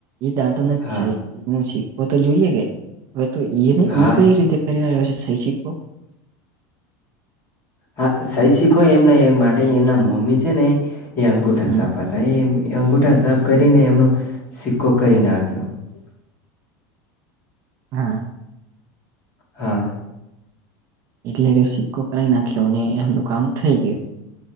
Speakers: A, on the right (about 35°); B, on the left (about 25°).
A: એ દાદા ને જ
B: હા
A: છે એ ન શીખવો તો જોઈએ કે હવે તો ને
B: હા
A: ઈ કઈ રીતે કર્યા હશે સઈ સિકો
B: હા સહી શીખો એમ એ માટે એમના મમ્મી છે ને એ અંગુઠા
A: હમ
B: સાપ હતા ભ એમ અંગુઠા સાપ કરીને એમનો સિક્કો કરી નાખ્યો <inaudible>
A: હા
B: હા
A: એટલે સિક્કો કડાઈ નાખ્યોને એમનું કામ થઈ ગયું